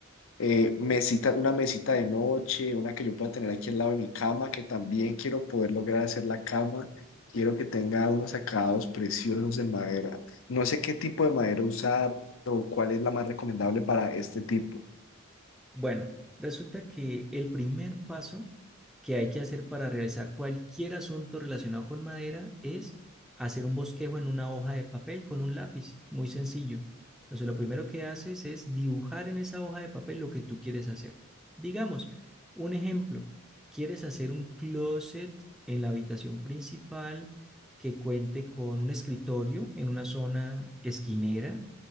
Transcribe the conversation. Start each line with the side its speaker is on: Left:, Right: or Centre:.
Left: eh, mesita, una mesita de noche, una que yo pueda tener aquí al lado de mi cama, que también quiero poder lograr hacer la cama. Quiero que tenga unos acabados preciosos en madera. No sé qué tipo de madera usar o cuál es la más recomendable para este tipo.
Centre: Bueno, resulta que el primer paso que hay que hacer para realizar cualquier asunto relacionado con madera es hacer un bosquejo en una hoja de papel con un lápiz, muy sencillo. Entonces, lo primero que haces es dibujar en esa hoja de papel lo que tú quieres hacer. Digamos, un ejemplo, quieres hacer un closet en la habitación principal que cuente con un escritorio en una zona esquinera